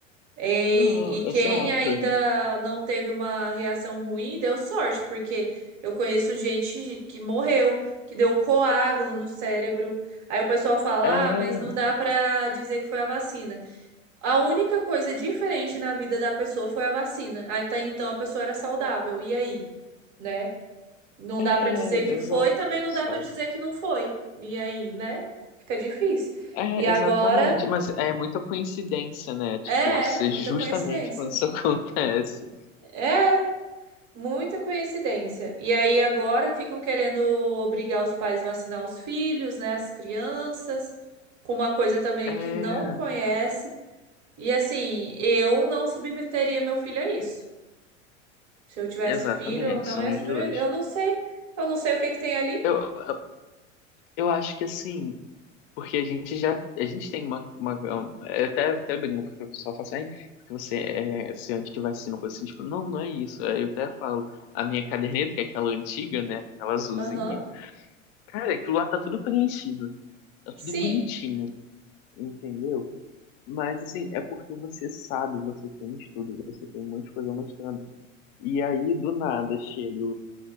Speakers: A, on the right (about 45°); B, on the left (about 50°).
A: E,
B: Não,
A: e quem
B: exato.
A: ainda não teve uma reação ruim deu sorte, porque eu conheço gente que morreu, que deu coágulo no cérebro. Aí o pessoal fala,
B: É,
A: ah, mas não dá pra dizer que foi a vacina. A única coisa diferente na vida da pessoa foi a vacina. Até então a pessoa era saudável. E aí, né? Não
B: é,
A: dá pra dizer que
B: exato,
A: foi, também não
B: sabe?
A: dá pra dizer que não foi. E aí, né? Fica difícil.
B: É,
A: E agora,
B: exatamente. Mas é muita coincidência, né? Tipo,
A: é,
B: ser
A: é, muita
B: justamente
A: coincidência.
B: quando isso <laughs> acontece.
A: É. é. Muita coincidência. E aí agora ficam querendo obrigar os pais a vacinar os filhos, né, as crianças, com uma coisa também
B: É,
A: que não conhece. E assim, eu não submeteria meu filho a isso. Se eu tivesse
B: exatamente,
A: filho, eu não
B: somos
A: ia submeter.
B: dois.
A: Eu não sei. Eu não sei o que que tem ali.
B: Eu, eu eu acho que assim, Porque a gente já, a gente tem uma, uma eu até, até brinco, porque o pessoal fala assim, "Ai, porque você é se antivacina, coisa assim, tipo, não, não é isso. Aí Eu até falo, a minha caderneta, que é aquela antiga, né, aquela azulzinha,
A: Aham.
B: cara, aquilo lá tá tudo preenchido, tá
A: Sim.
B: tudo bonitinho, entendeu? Mas, assim, é porque você sabe, você tem estudo, você tem um monte de coisa mostrando. E aí, do nada, chega